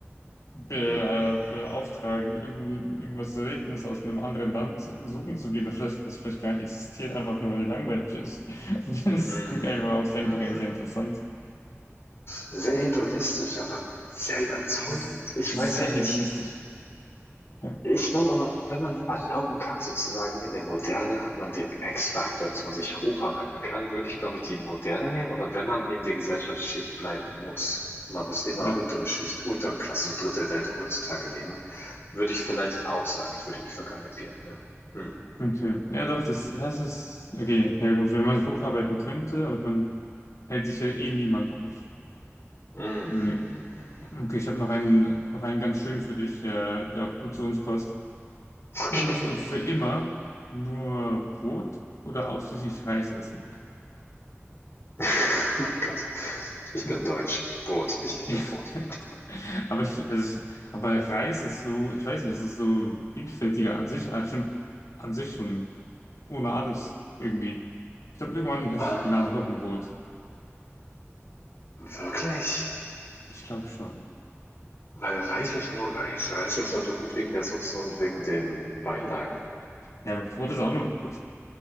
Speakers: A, on the left; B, on the left.
A: be,
B: mhm,
A: äh, beauftragen, irgend, irgendwas Seltenes aus einem anderen Land suchen zu gehen, das vielleicht, das vielleicht gar nicht existiert, einfach nur weil die langweilig ist. <laughs> Das
B: mhm,
A: klingt einfach auch sehr,
B: mhm,
A: sehr
B: mhm.
A: sehr interessant.
B: Sehr hedonistisch, aber sehr überzeugend.
A: Das ist
B: Ich
A: Sehr
B: weiß halt
A: hedonistisch.
B: nicht
A: Ja,
B: ich glaube aber, wenn man erlauben kann sozusagen, in der Moderne hat man den X-Faktor, dass man sich hocharbeiten kann, würde ich, glaube ich, die Moderne nehmen, aber wenn man in der Gesellschaftsschicht bleiben muss man muss immer
A: ja,
B: untere Schicht, untere Klasse, so dritte Welt heutzutage leben, würde ich vielleicht auch sagen, ich würde in die Vergangenheit gehen, ja. Mhm.
A: okay. Ja, doch, das, ja, das ist, okay, ja gut, wenn man hocharbeiten könnte, aber man hält sich ja eh niemand auf.
B: Mhm, mhm,
A: Hm.
B: mhm.
A: Okay, ich habe noch einen, noch einen ganz schönen für dich, der, der auch gut zu uns passt.
B: Okay.
A: Würdest du für immer nur Brot oder ausschließlich Reis essen?
B: <laughs> Gott. Ich
A: Mhm.
B: bin deutsch. Brot. Ich liebe
A: Ja.
B: Brot.
A: <laughs> Aber, ich, also ich, aber Reis ist so, ich weiß nicht, es ist so vielfältiger an sich, äh, schon, an sich schon ohne alles irgendwie. Ich glaube, irgendwann hätte
B: Ähm,
A: ich die Nase voll von Brot.
B: wirklich?
A: Ich glaube schon.
B: Weil Reis ist nur Reis. Reis ist doch nur gut wegen der Soße und wegen den Beilagen.
A: Ja, aber Brot ist auch nur Brot.